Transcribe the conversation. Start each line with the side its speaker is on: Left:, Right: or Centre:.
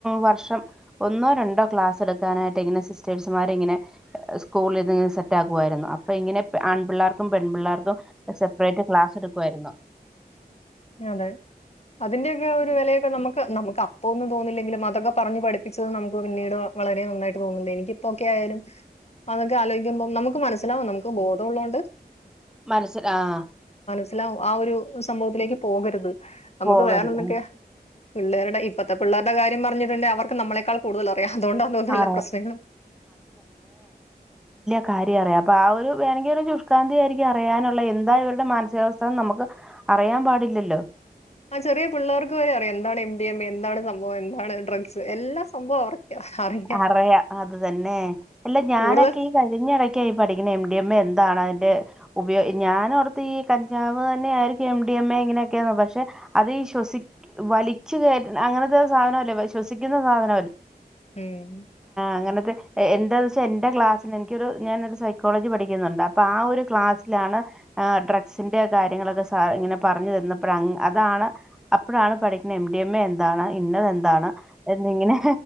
Centre: വർഷം ഒന്നോ രണ്ടൊ ക്ലാസ് എട്ക്കാനായിട്ട് ഇങ്ങനെ സിസ്റ്റേഴ്സുമാ ട്ടിങ്ങനെ സ്കൂളിന്ന്ങ്ങനെ സെറ്റാക്കുവായിരുന്നു. അപ്പ ഇങ്ങനെ ആൺ പിള്ളാർക്കും പെൺ പിള്ളാർക്കും സപ്പ്റേറ്റ് ക്ലാസ്ടുക്കുവായിരുന്നു.
Left: അതെ. അതിന്റെയൊക്കെ ആഒരു വെലയൊക്കെ നമ്മക്ക് നമ്മക്ക് അപ്പൊന്നും തോന്നില്ലെങ്കിലും അതൊക്കെ പറഞു പഠിപ്പിച്ചത് നമ്മുക്ക് പിന്നീട്. വളരെ നന്നായിട്ട് പോക്ന്ന്ണ്ട് എനിക്കിപ്പൊ ഓക്കെ ആയാലും. അതൊക്കെ ആലോയ്ക്കുമ്പൊ നമുക്ക് മനസ്സിലാവും നമുക്ക് ബോധോള്ളോണ്ട്.
Centre: മനസ്സ്ല് ആഹ്.
Left: അല ആഹ് ഒര് സംഭവത്തിലേക്ക് പോകര്ത്. നമുക്ക്
Centre: പോകരുത്
Left: വേറെന്തൊക്കെ? പിള്ളേര്ടെ ഇപ്പത്തെ പിള്ളേര്ടെ കാര്യം പറഞ്ഞിട്ട്ണ്ടെ അവർക്ക് നമ്മളെക്കാൾ കൂട്തല പേ അതോണ്ടതോന്ന് എല്ലാ
Centre: ആ
Left: പ്രശ്നങ്ങളു.
Centre: കാര്യറിയാ അപ്പ ആഹ് ഒരു വേണങ്കി ഒര് ശുഷ്കാന്തിയായിക്ക്യ അറിയാനുള്ള എന്താ ഇവര്ടെ മാനസികാവസ്ഥ നമക്ക്, അറിയൻ പാടില്ലല്ലൊ.
Left: ആഹ് ചെറിയ പിള്ളേർക്ക് വരെ അറിയാം. എന്താണ് എം ഡി എം എ എന്താണ് സംഭവം എന്താണ് ഡ്രഗ്സ്. എല്ലാ സംഭവം അവർക്ക് അറിയാം
Centre: അറയാ അത് തന്നെ, അല്ല ഞാനൊക്കെ
Left: കൂടുതൽ
Centre: ഈ കഴിഞ്ഞ വെ കെ ഈപഠിക്ണ എം ഡി എമ്മെ എന്താണ് അതിന്റെ ഉപയോ ഞാനോർത്ത് ഈ കഞ്ചാവ് ന്നെ ആയിരിക്കും എം ഡി എം എ ഇങ്ങനെയൊക്കെന്ന് പക്ഷെ അത് ശ്വസി വലിച്ച് കേറ്റ അങ്ങനത്തെ സാധനല്ലെ ശ്വസിക്ക്ന്ന സാധന
Left: ഉം.
Centre: അങ്ങനത്തെ എ എന്താന്നെച്ചാ എന്റെ ക്ലാസ്സിന് എനിക്കൊരു ഞാനൊരു സൈക്കോളജി പഠിക്കുന്നുണ്ട് അപ്പൊ ആ ഒരു ക്ലാസ്സിലാണ്. ആഹ് ഡ്രഗ്സിന്റെ കാര്യങ്ങളൊക്കെ സാ ഇങ്ങനെ പറഞ്ഞ് തന്നപ്പഴ അതാണ് അപ്പോഴാണ് പഠിക്കണ- എംഡിഎമ്മെ എന്താണ? ഇന്നതെന്താണ് എന്നിങ്ങനെ